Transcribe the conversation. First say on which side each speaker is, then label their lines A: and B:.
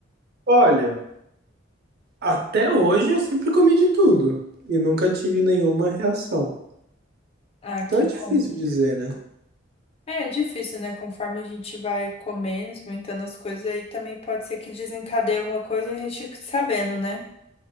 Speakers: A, on the right; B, on the left.
A: Olha, Até hoje eu sempre comi de tudo e nunca tive nenhuma reação.
B: Ah,
A: Então
B: que
A: é difícil
B: bom.
A: dizer, né?
B: É, é difícil, né? Conforme a gente vai comendo, experimentando as coisas, aí também pode ser que desencadeie alguma coisa e a gente fique sabendo, né?